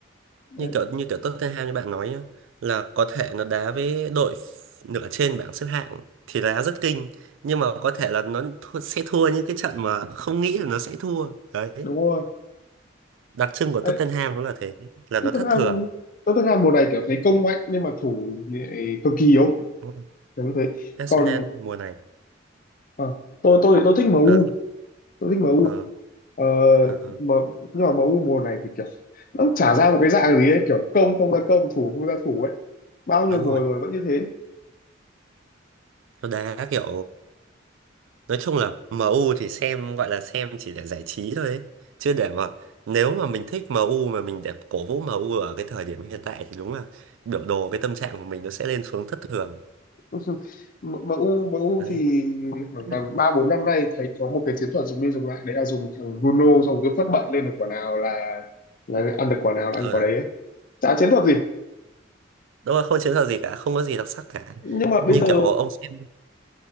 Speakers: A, on the left; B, on the right.
A: đấy,
B: như kiểu như kiểu Tottenham như bạn nói nhá, là có thể nó đá với đội f- nửa trên bảng xếp hạng thì đá rất kinh nhưng mà có thể là nó thua, sẽ thua những cái trận mà không nghĩ là nó sẽ thua đấy
A: đúng rồi
B: đặc trưng của Tottenham
A: đấy
B: nó là thế là
A: Tottenham
B: nó thất thường
A: Tottenham mùa này kiểu thấy công mạnh nhưng mà thủ thì lại cực kỳ yếu
B: Đúng rồi.
A: đúng thế
B: Arsenal
A: còn
B: mùa này
A: ờ, tôi tôi thì tôi thích MU
B: ờ,
A: tôi thích MU
B: ờ,
A: ờ,
B: ờ,
A: mà, nhưng mà MU mùa này thì kiểu nó chả ra một cái dạng gì ấy kiểu công không ra công thủ không ra thủ ấy bao nhiêu
B: đúng
A: mùa
B: rồi
A: rồi vẫn như thế
B: nó đá kiểu nói chung là em u thì xem gọi là xem chỉ để giải trí thôi ấy. Chứ để mà nếu mà mình thích em u mà mình để cổ vũ em u ở cái thời điểm hiện tại thì đúng là biểu đồ cái tâm trạng của mình nó sẽ lên xuống thất thường
A: <laughs> M- MU MU
B: đấy
A: thì khoảng
B: <laughs>
A: tầm ba bốn năm nay thấy có một cái chiến thuật dùng đi dùng lại đấy là dùng thằng Bruno xong cứ phất bậy lên được quả nào là là ăn được quả nào là ăn
B: ừ
A: quả
B: đấy
A: đấy ấy. chả chiến thuật gì
B: đúng là không chiến thuật gì cả không có gì đặc sắc cả
A: nhưng mà
B: như
A: bây giờ
B: kiểu ông xem